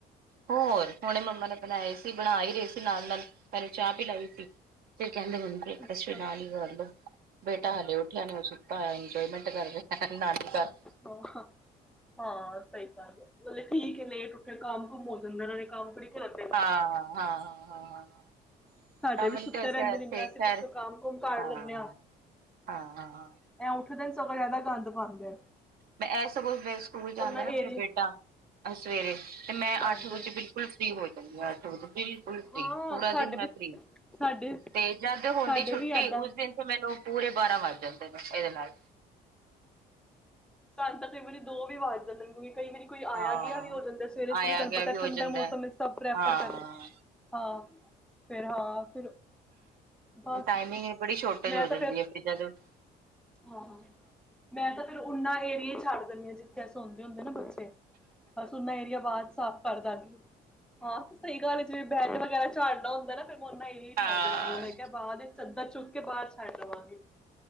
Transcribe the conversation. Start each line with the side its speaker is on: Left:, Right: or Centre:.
Right: ਹੋਰ, ਹੁਣੇ ਮੰਮਾ ਨੇ ਬਣਾਏ ਸੀ, ਬਣਾ ਹੀ ਰਹੇ ਸੀ ਨਾਲ -ਨਾਲ ਪਹਿਲੇ ਚਾਹ ਪਿਲਾਈ ਸੀ। ਕੀ ਕਹਿਦੇ ਹੋਣ ਗੇ,
Centre: ਅੱਛਾ
Right: ਏਸੇ ਨਾਲ ਹੀ ਕਰ ਲਉ ਬੇਟਾ ਹਾਲੇ ਉੱਠਿਆ ਨਈ, ਉਹ ਸੁੱਤਾਹੋਇਆ ਇੰਜੋਹੋਇਏਮੈਂਟ, ਕਰ ਰਿਹਾ ਨਾਸ਼ਤਾ
Centre: ਹਾਂ। ਹਾਂ ਸਹੀ ਗੱਲ ਏ, ਮਤਲਬ ਠੀਕ ਹੈ ਲੇਟ ਉੱਠੇ, ਕੰਮ-ਕੁਮ ਹੋ ਜਾਂਦੇ, ਕੰਮ ਕਈ ਘਰ ਦੇ
Right: ਹਾਂ -ਹਾਂ, ਹ, ਹਾਂ
Centre: ਸਾਡੇ
Right: ਤਾ
Centre: ਵੀ
Right: ਹੀ
Centre: ਸੁੱਤੇ
Right: ਤੇ ਦਸਿਆ,
Centre: ਰਹਿੰਦੇ ਨੇ ਇੰਨਾ
Right: ਫੇਕ
Centre: ਅਸੀਂ
Right: ਫਾਇਰ
Centre: ਪਿੱਛੋਂ ਕੰਮ ਕੁਮ ਕਰ
Right: ਹਾ ਹਾਂ,
Centre: ਲੈਂਦੇ
Right: ਹਾਂ, ਹਾਂ
Centre: ਐ ਉੱਠਦੇ ਨੇ, ਸਗੋਂ ਜ਼ਿਆਦਾ ਗੰਦ ਪਾਉਂਦੇ ਆ
Right: ਮੈਂ ਇਹ ਸਗੋਂ ਸਕੂਲ ਜਾਂਦਾ
Centre: ਏਰੀਏ
Right: ਨਾ ਮੇਰਾ ਬੇਟਾ, ਸਵੇਰੇ ਤੇ ਮੈਂ
Centre: ਹਾਂਜੀ
Right: ਅੱਠ ਵਜੇ ਬਿਲੁ ਫੁਲ ਫ੍ਰੀ ਹੋਏ ਪਏ, ਵਿਆਹ ਤੋਂ ਬਿਲਕੁਲ ਫਰੀ,
Centre: ਹਾਂ
Right: ਪੂਰਾ
Centre: ਸਾਡੇ
Right: ਦਿਨ ਮੈਂ
Centre: ਵੀ
Right: ਫਰੀ,
Centre: ਸਾਡੇ
Right: ਤੇ ਜਦ ਹੋਦੀ
Centre: ਸਾਡੇ
Right: ਛੁੱਟੀ
Centre: ਵੀ ਏਦਾਂ
Right: ਉਸ ਦਿਨ ਤੇ ਮੈਨੂੰ ਪੂਰੇ ਬਾਰਾਂ ਵੱਜ ਜਾਂਦੇ ਨੇ, ਇਹਦੇ ਨਾਲ
Centre: ਸਾਨੂੰ ਤਾਂ, ਕਈ ਵਾਰੀ ਦੋ ਵੀ ਵੱਜ ਜਾਂਦੇ ਨੇ, ਕਿਉਂਕਿ ਕਈ ਵਾਰੀ ਕੋਈ ਆਇਆ
Right: ਹਾਂ
Centre: ਗਿਆ ਵੀ ਹੋ ਜਾਂਦਾ ਸਵੇਰੇ ਸਵੇਰੇ
Right: ਆਇਆ
Centre: ਤੁਹਾਨੂੰ
Right: ਗਿਆ
Centre: ਪਤਾ
Right: ਵੀ ਹੋ
Centre: ਠੰਡਾ
Right: ਜਾਂਦਾ
Centre: ਮੌਸਮ ਸਭ ਪ੍ਰੈਫਰ
Right: ਹਾਂ
Centre: ਕਰ ਹਾਂ ਫਿਰ ਹਾਂ ਫਿਰ ਬਸ
Right: ਟਾਈਮਿੰਗ ਐ ਬੜੀ ਛੋਟੇਜ
Centre: ਮੈਂ
Right: ਹੋ ਜਾਂਦੀ
Centre: ਤਾਂ ਫਿਰ
Right: ਐ <unintelligible>
Centre: ਹਾਂ, ਮੈਂ ਤਾਂ ਫੇਰ ਓਨਾਂ ਏਰੀਏ ਛੱਡ ਦਿੰਨੀ ਆ ਜਿੱਥੇ ਸੌਂਦੇ ਹੁੰਦੇ ਨਾ ਬੱਚੇ। ਬਸ ਓਨਾਂ ਏਰੀਆ ਬਾਅਦ ਚ ਸਾਫ਼ ਕਰਦਾਂਗੇ। ਹਾਂ ਤੇ ਸਹੀ ਗੱਲ ਐ ਜਿਵੇਂ ਬੈਡ ਵਗੈਰਾ ਝਾੜਨਾ ਹੁੰਦਾ ਨਾ ਫਿਰ। ਮੈਂ ਓਨਾਂ ਏਰੀਆ ਛੱਡ
Right: ਹਾਂ
Centre: ਦਿੰਦੀ ਆ ਮੈਂ ਕਿਹਾ ਬਾਅਦ ਚੱਦਰ ਚੁੱਕ ਕੇ ਬਾਹਰ ਛੰਡ ਦੇਵਾਂਗੀ।